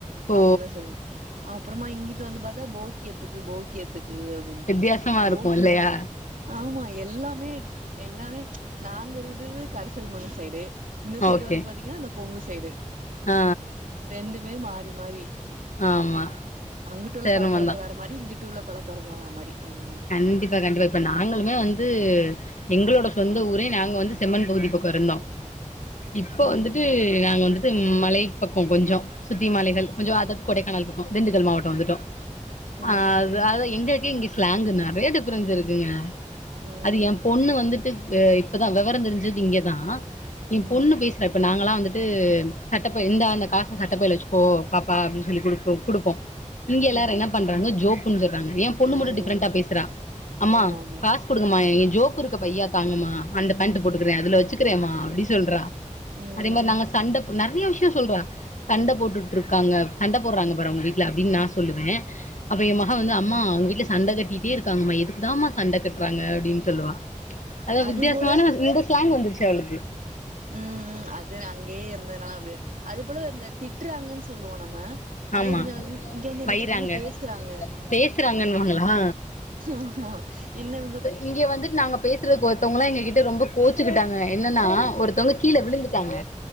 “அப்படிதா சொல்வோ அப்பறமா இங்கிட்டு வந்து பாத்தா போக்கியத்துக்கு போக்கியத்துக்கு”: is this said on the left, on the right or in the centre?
Right